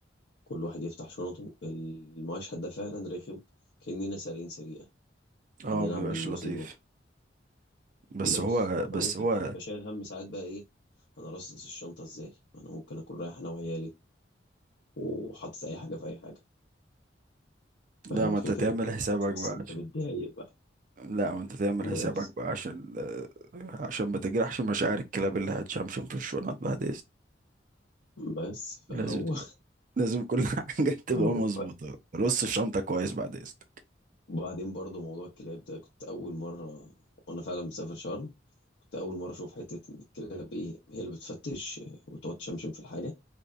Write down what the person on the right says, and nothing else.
اه مبيبقاش
لطيف بس
هو بس
هو
لا ما
انت تعمل
حسابك
بقى
عشان
لا ما انت تعمل حسابك
بقى عشان آه، عشان ما تجرحش مشاعر الكلاب اللي هتشمشم في الشنط بعد
لازم
تبقى لازم كل <laughs> حاجة تبقى
مظبوطة رص الشنطة كويس بعد إذنك